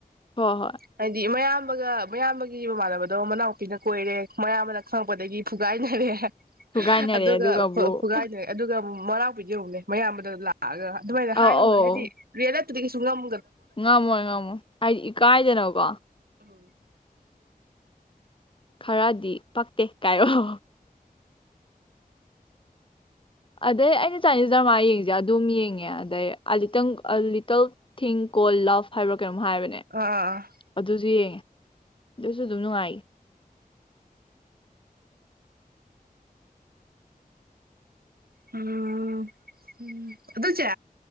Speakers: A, on the left; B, on the right.
A: ꯍꯣꯏ ꯍꯣꯏ
B: ꯍꯥꯏꯗꯤ ꯃꯌꯥꯝ ꯃꯌꯥꯝꯕꯒꯤ ꯃꯃꯥꯟꯅꯕꯤꯗꯣ ꯃꯅꯥꯎꯄꯤꯅ ꯀꯣꯏꯔꯦ ꯃꯌꯥꯝꯕꯅ ꯈꯪꯉꯛꯄꯗꯒꯤ ꯐꯨꯒꯥꯏꯅꯔꯦ
A: ꯐꯨꯒꯥꯏꯅꯔꯦ
B: ꯑꯗꯨꯒ
A: ꯑꯃꯨꯛ
B: ꯐꯨꯒꯥꯏꯅꯣꯏ ꯑꯗꯨꯒ ꯃꯅꯧꯄꯤꯗꫭ ꯌꯦꯡꯉꯨꯅꯦ ꯃꯌꯥꯝꯕꯗꯥ ꯑꯗꯨꯃꯥꯏꯅ ꯍꯥꯏ
A: ꯑꯧ
B: ꯉꯝꯒꯅꯤ
A: ꯑꯧ
B: ꯍꯥꯏꯗꯤ ꯔꯤ ꯁꯨꯡꯉꯝ
A: ꯉꯝꯃꯣꯏ ꯉꯝꯃꯣꯏ ꯍꯥꯏꯗꯤ ꯏꯀꯥꯏꯗꯅꯀꯣ
B: ꯎꯝ
A: ꯈꯔꯗꯤ ꯄꯛꯇꯦ ꯀꯥꯏꯌꫭ ꯑꯗꯩ ꯑꯩꯅ ꯆꯥꯏꯅꯤꯁ ꯗꯔꯃꯥ ꯌꯦꯡꯁꯦ ꯑꯗꯨꯝ ꯌꯦꯡꯉꯦ ꯑꯗꯩ ꯑ ꯂꯤꯇꯜ ꯂꯤꯇꯜ ꯊꯤꯡ ꯀꯣꯜ ꯂꯞ ꯍꯥꯏꯔ ꯀꯩꯅꯣꯝ ꯍꯥꯏꯕꯅꯦ
B: ꯑꯥ
A: ꯑꯗꯨꯁꯨ ꯌꯦꯡꯉꯦ ꯁꯨꯁꯨ ꯅꯨ ꯑꯏ
B: ꯎꯝ ꯎꯝ ꯑꯗꯨꯆꯦ